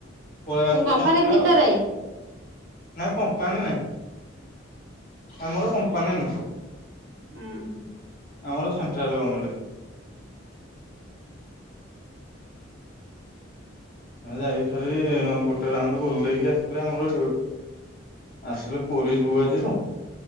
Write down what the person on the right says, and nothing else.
ସେ କମ୍ପାନୀ
ଭିତରେ।
ହୁଁ ହୁଁ।